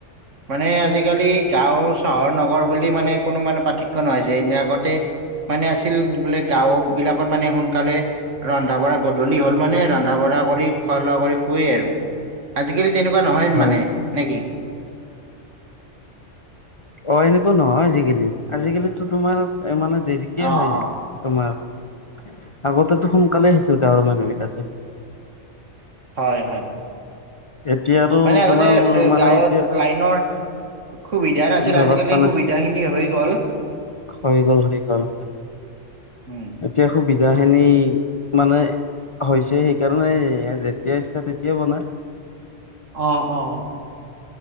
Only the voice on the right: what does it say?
মানে আজিকালি গাঁও চহৰ নগৰ বুলি মানে কোনো মানে পাৰ্থক্য নহয় যে এদিৰ আগতে মানে আছিল বোলে গাঁও বিলাকত মানে সোনকালে ৰন্ধা বঢ়া গধূলি হল মানে ৰন্ধা বঢ়া কৰি খোৱা লোৱা কৰি শুৱেই আৰু আজিকালি তেনেকুৱা নহয়
মানে নে কি
অ
অ
হয় হয়
মানে আগতে
এ
গাঁৱত
লাইনৰ সুবিধা নাছিল
আজিকালি
সুবিধা খিনি হৈ গ'ল
উম
অ-অ